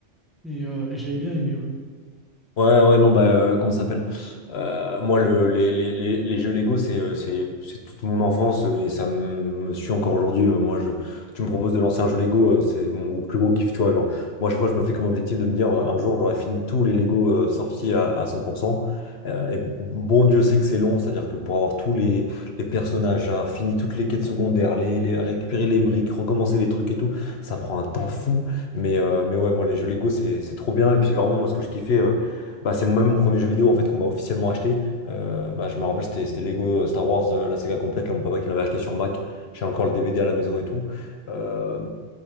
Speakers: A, in the centre; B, on the left.
A: Mais euh, j'avais bien aimé, ouais.
B: Ouais, ouais, non, bah, euh, comment ça s'appelle? Euh, moi, le, les, les, les, les jeux Lego, c'est, euh, c'est, c'est toute mon enfance et ça me suit encore aujourd'hui. Euh, Moi, je, tu me proposes de lancer un jeu Lego, euh, c'est mon plus gros kiff, tu vois. Genre, moi, à chaque fois, je me fais comme objectif de me dire, euh, un jour, j'aurai fini tous les Lego euh, sortis à, à 100%. Euh, et bon Dieu sait que c'est long, c'est-à-dire que pour avoir tous les, les personnages, avoir fini toutes les quêtes secondaires, les, les, récupérer les briques, recommencer les trucs et tout, ça prend un temps fou. Mais, euh, mais ouais, moi, les jeux Lego, c'est, c'est trop bien. Et puis, vraiment, moi, ce que je kiffais. euh, bah, c'est moi-même mon premier jeu vidéo en fait qu'on m'a officiellement acheté. Euh, bah, je me rappelle, c'était c'était Lego euh, Star Wars, euh, la saga complète, là, mon papa qui me l'avait acheté sur Mac. J'ai encore le DVD à la maison et tout. Euh,